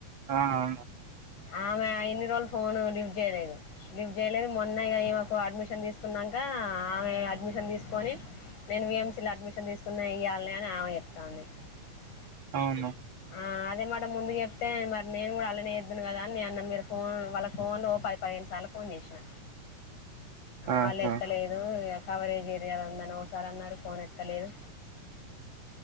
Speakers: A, on the right; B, on the left.
A: ఆ ఆ
B: ఆమె ఇన్ని రోజులు ఫోన్ లిఫ్ట్ చేయలేదు లిఫ్ట్ చేయలేదు మొన్నయ ఈమెకు అడ్మిషన్ తీసుకున్నాక ఆ ఆమె అడ్మిషన్ తీసుకుని నేను విఎంసి ల అడ్మిషన్ తీసుకున్నా ఇయ్యాలని అని ఆమె చెప్తాంది అ
A: అవునా
B: ఆ అదే మాట ముందు చెప్తే మరి నేను కూడా అళ్లానేేద్ను కదా అన్న మీరు ఫోన్ వాళ్ళ ఫోన్ పది పదిహేను సార్లు ఫోన్ చేసిన
A: ఆహా
B: వాళ్ళు ఎత్తలేదు ఇగ కవరేజ్ ఏరియాలా ఉందని ఓసారి అన్నారు ఫోన్ ఎత్తలేదు